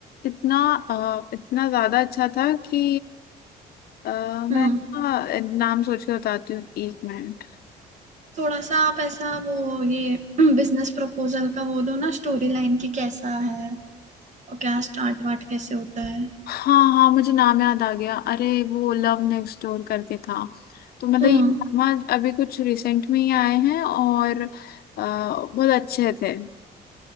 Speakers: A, on the left; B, on the right.
A: इतना अ, इतना ज्यादा अच्छा था कि अ, मैं
B: हम्म
A: ना, नाम सोच के बताती हूँ एक मिनट
B: थोड़ा सा आप ऐसा वो ये <clears throat> बिजनेस प्रपोजल का वो दो ना स्टोरी लाइन की कैसा है और क्या स्टार्ट वाट कैसे होता है
A: हाँ हाँ मुझे नाम याद आ गया अरे वो लव नेक्स्ट डोर करके था तो मतलब
B: हम्म
A: ये ड्रामा अभी कुछ रिसेंट में ही आए हैं और अ, बहुत अच्छे थे